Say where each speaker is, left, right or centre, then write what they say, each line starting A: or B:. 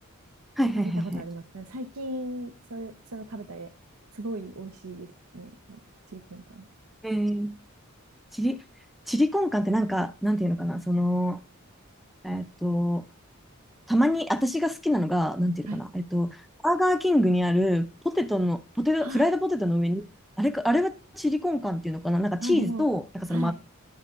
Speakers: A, in the centre; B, on the right.
A: はいはいはいはい。
B: 食べたことありますね。最近、それ、それを食べたら、すごい美味しいですね。あチリコンカン。
A: えー、チリ、チリコンカンってなんか、なんていうのかな、その、えっと、たまに私が好きなのが、なんていうのかな、
B: はい。
A: えっと、バーガーキングにあるポテトの、ポテト、
B: あ
A: フライドポテトの上に、あれか、あれはチリコンカンっていうのかな、なんかチーズと、
B: あ、でも、
A: なんかその、
B: はい。
A: ま、